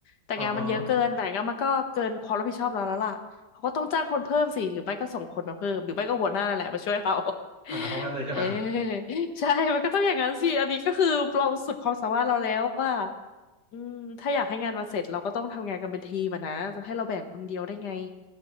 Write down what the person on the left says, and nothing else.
แต่งานมันเยอะเกินไหนงานมันก็เกินความรับผิดชอบเราแล้วล่ะเขาก็ต้องจ้างคนเพิ่มสิหรือไม่ก็ส่งคนมาเพิ่มหรือไม่ก็หัวหน้านั่นแหละมาช่วยเรา
<laughs> เออใช่มันก็ต้องอย่างนั้นสิอันนี้ก็คือเราสุดความสามารถเราแล้วว่าอืมถ้าอยากให้งานมาเสร็จเราก็ต้องทำงานกันเป็นทีมอะนะจะให้เราแบกคนเดียวได้ไง